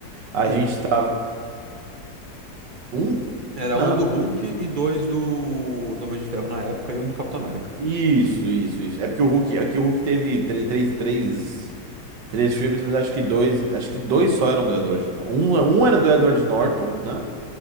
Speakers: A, on the right (about 80°); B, on the right (about 40°).
A: A
B: Um.
A: gente tava. Um?
B: Era
A: Não.
B: um do Hulk e dois do, do Homem de Ferro na época e um do Capitão América.
A: Isso, isso, isso. É porque o Hulk, é que o Hulk teve tre- três, três, três filmes, mas acho que dois, acho que dois só eram do Edward. Um, um era do Edward Norton, né?